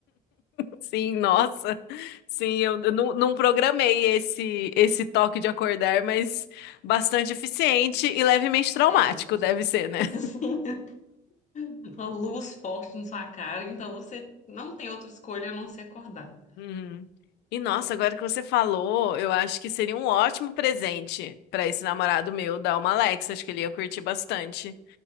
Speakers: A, on the left (about 80°); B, on the left (about 45°).
A: Sim, nossa. Sim, eu, eu não, não programei esse esse toque de acordar, mas bastante eficiente e levemente traumático
B: É, <laughs>
A: deve ser, né?
B: assim, uma luz forte na sua cara, então você não tem outra escolha a não ser acordar.
A: Uhum. E nossa, agora que você falou, eu acho que seria um ótimo presente pra esse namorado meu dar uma Alexa, acho que ele ia curtir bastante.